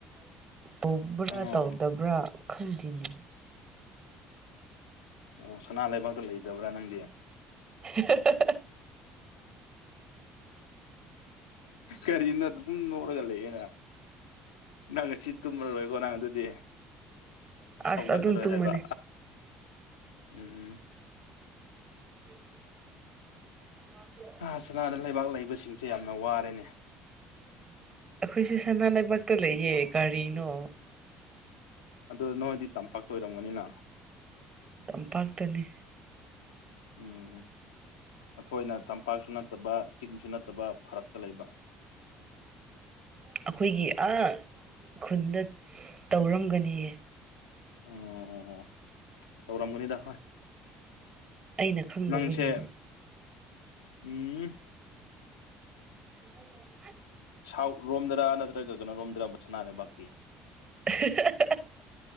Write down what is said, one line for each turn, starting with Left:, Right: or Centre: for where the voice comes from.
Right: ꯇꯧꯕ꯭ꯔꯥ
Left: ꯑꯥ
Right: ꯇꯧꯗꯕ꯭ꯔꯥ ꯈꯪꯗꯦꯅꯤ꯫
Left: ꯑꯣ ꯁꯅꯥ ꯂꯩꯕꯥꯛꯇ ꯂꯩꯗꯕ꯭ꯔꯥ ꯅꯪꯗꯤ꯫
Right: <unintelligible>
Left: ꯀꯔꯤꯅꯣ ꯑꯗꯨꯝ ꯅꯣꯛꯂꯒ ꯂꯩꯌꯦꯅ ꯅꯪ ꯉꯁꯤ ꯇꯨꯝꯃꯔꯣꯏꯀꯣ ꯅꯪ ꯑꯗꯨꯗꯤ
Right: ꯑꯁ
Left: ꯍꯧꯒꯠꯂꯔꯣꯏ
Right: ꯑꯗꯨꯝ ꯇꯨꯝꯕꯅꯦ
Left: ꯍꯥꯏꯕ ꯎꯝ ꯎꯝ
Right: <inaudible> <unintelligible>
Left: ꯑ ꯁꯅꯥꯗ ꯂꯩꯕꯥꯛ ꯂꯩꯕꯁꯤꯡꯁꯦ ꯌꯥꯝꯅ ꯋꯥꯔꯦꯅꯦ
Right: <inaudible> ꯑꯩꯈꯣꯏꯁꯨ ꯁꯅꯥ ꯂꯩꯕꯥꯛꯇ ꯂꯩꯌꯦ ꯀꯔꯤꯅꯣ
Left: ꯑꯗꯣ ꯅꯣꯏꯗꯤ ꯇꯝꯄꯥꯛꯇ ꯑꯣꯏꯔꯝꯒꯅꯤꯅ
Right: ꯇꯝꯄꯥꯛꯇꯅꯤ
Left: ꯎꯝ ꯑꯩꯈꯣꯏꯅ ꯇꯝꯄꯥꯛꯁꯨ ꯅꯠꯇꯕ ꯆꯤꯡꯁꯨ ꯅꯠꯇꯕ ꯐꯔꯛꯇ ꯂꯩꯕ
Right: ꯑꯩꯈꯣꯏꯒꯤ ꯑꯥ ꯈꯨꯟꯗ ꯇꯧꯔꯝꯒꯅꯤꯌꯦ
Left: ꯑꯣ ꯑꯣ ꯑꯣ ꯇꯧꯔꯝꯒꯅꯤꯗ ꯍꯣꯏ
Right: ꯑꯩꯅ ꯈꯪꯗꯕꯒꯤꯅꯤ
Left: ꯅꯪꯁꯦ ꯎꯝ
Right: <unintelligible>
Left: ꯁꯥꯎꯠ ꯔꯣꯝꯗꯔꯥ ꯅꯠꯇ꯭ꯔꯒ ꯀꯩꯅꯣ ꯔꯣꯝꯗꯔꯥ ꯁꯅꯥ ꯂꯩꯕꯥꯛꯀꯤ
Right: <unintelligible>